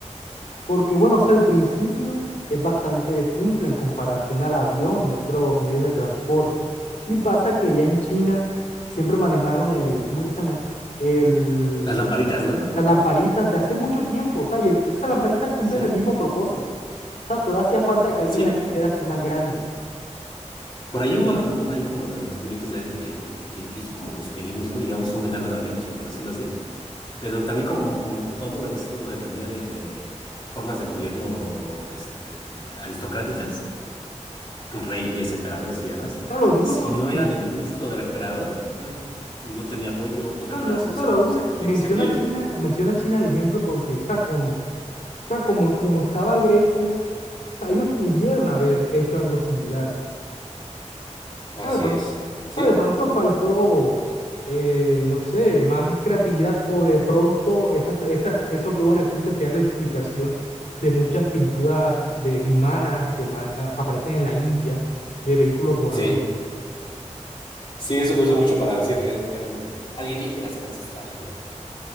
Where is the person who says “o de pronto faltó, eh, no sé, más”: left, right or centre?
Left